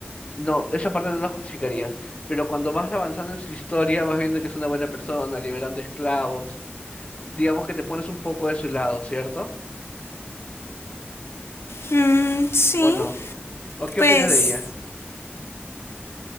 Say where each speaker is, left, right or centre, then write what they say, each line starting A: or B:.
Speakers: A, on the left (about 30°); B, on the left (about 85°).
A: No, esa parte no la justificarías, pero cuando vas avanzando en su historia, vas viendo que es una buena persona, liberando esclavos, digamos que te pones un poco de su lado, ¿cierto?
B: Mm, sí,
A: ¿O no? ¿O qué
B: pues
A: opinas de ella?